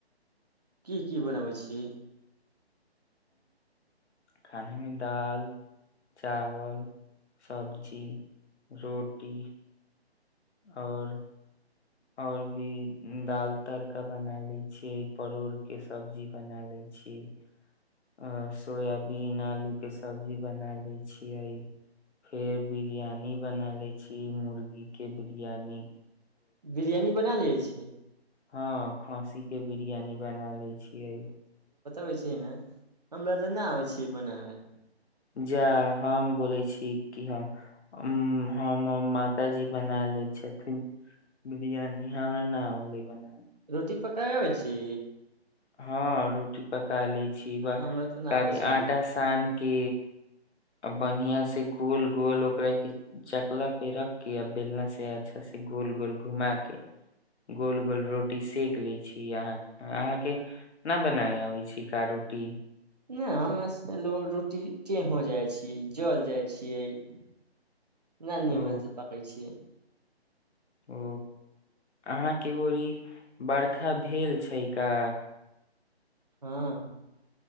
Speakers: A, on the right; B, on the left.
A: की की बनबै छीै
B: खानेमे दाल चावल सबब्जी रोटी आओर आओर भी दाल तड़का बना ली छिये परोड़ के सब्जी बना ले छियै आस सोयबीन आलू के सब्जी बना ले छियै फेर बिरियानी बना ले छी मुर्गी के बिरियानी
A: बिरयानी बना लै छै
B: हँ खसी के बिरियानी बना ले छियै
A: बइ छै हमरा तऽ नहि आै छिय बनाबै
B: जाय हम बोलै छी की हम उ हम माताजी बना ले छथिन बिरियानी हमरा ना आव हे बना
A: रोटी पक आबै छी
B: हँ रोटी पका का लै छी ब
A: हमरा तऽ नहि
B: काफी
A: आबै छियै
B: आटा सान के अ बढ़िया से गोल गोल ओकरा के चकला पे रख के आ बेलना से अच्छा से गोल गोल घुमा के गोल गोल रोटी सेक ले छीह अहाँ के न बनाय अबे छैि का रोटी टी
A: नहि हमर रोटी टेहो जाइ छियै जल जाइ छियै न न
B: ओ
A: मस पकै छियै
B: ओ अहाँके ओरी ई बरखा भेल छै का
A: हँ